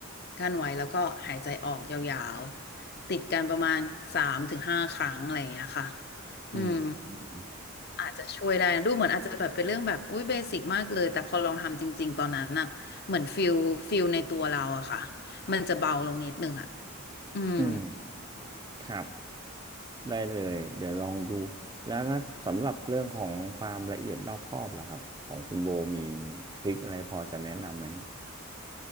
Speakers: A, on the left; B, on the right.
A: กั้นไว้แล้วก็หายใจออกยาวๆติดกันประมาณสามถึงห้าครั้งอะไรอย่างเงี้ยค่ะ
B: อืมอืม
A: อืมอาจจะช่วยได้นะดูเหมือนอาจจะแบบเป็นเรื่องแบบอุ้ยเบสิกมากเลยแต่พอลองทำจริงๆตอนนั้นอะเหมือนฟิลฟิลในตัวเราอะค่ะมันจะเบาลงนิดนึงอะอืม
B: อืมครับ ได้เลยเดี๋ยวลองดูแล้วแล้วสำหรับเรื่องของความละเอียดรอบคอบล่ะครับของคุณโบมีทริคอะไรพอจะแนะนำไหม